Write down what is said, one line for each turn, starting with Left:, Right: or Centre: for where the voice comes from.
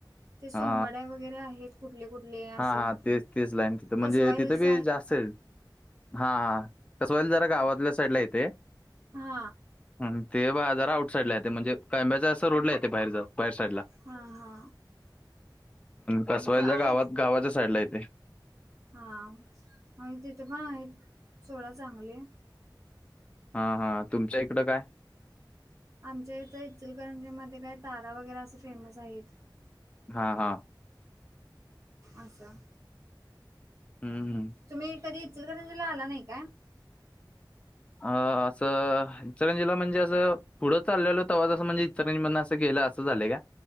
Right: ते सोंगाड्या
Left: हा
Right: वगैरे आहेत कुठले कुठले?
Left: हा
Right: असं
Left: हा तेच तेच लाईन तिथं म्हणजे
Right: कसवा हिल्स
Left: तिथं बी जास्त आहे. हा हा पाहिल जरा गावातल्या साईड ला येते.
Right: हा
Left: ह ते पहा जरा आउट साईड ला येत. म्हणजे कंब्याच्या असं रोड ला येते. बाहेर च्या बाहेरच्या साईडला
Right: हा हा
Left: कसवालच्या
Right: म्हणजे आहेत
Left: गावात गावाच्या साईडला येते.
Right: हा मग तिथे पण आहेत सोडा चांगले.
Left: हा हा तुमच्या इकडं काय?
Right: आमच्या इथं इचलकरंजी मध्ये काय तारा वगैरे असे फेमस आहेत.
Left: हा हा
Right: असं!
Left: हं, हं.
Right: तुम्ही कधी इचलकरंजीला आला नाही काय?
Left: अ असं इचकरंजिला म्हणजे असं! पुढं चाललेल हो तव्हा तसं म्हणजे इचलकरंजी मधन असं गेलं. असं झालंय का?